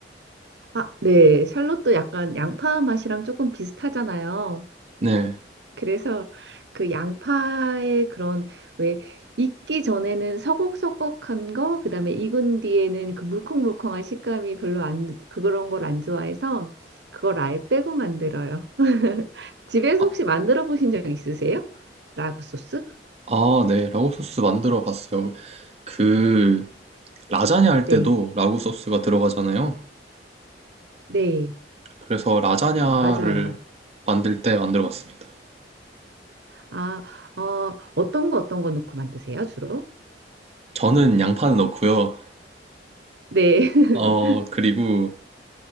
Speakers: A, on the right; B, on the right.
A: 아, 네. 샬롯도 약간 양파 맛이랑 조금 비슷하잖아요.
B: 네.
A: 그래서 그 양파의 그런 왜 익기 전에는 서걱서걱한 거, 그다음에 익은 뒤에는 그 물컹물컹한 식감이 별로 안 그런 걸 안 좋아해서 그걸 아예 빼고 만들어요. <laughs> 집에서
B: 아,
A: 혹시 만들어 보신 적 있으세요? 라구 소스?
B: 아, 네. 라구 소스 만들어 봤어요. 그, 라자냐 할 때도
A: 네.
B: 라구 소스가 들어가잖아요.
A: 네.
B: 그래서 라자냐를
A: 맞아요.
B: 만들 때 만들어 봤습니다.
A: 아, 어, 어떤 거 어떤 거 넣고 만드세요, 주로?
B: 저는 양파는 넣고요.
A: 네. <laughs>
B: 어, 그리고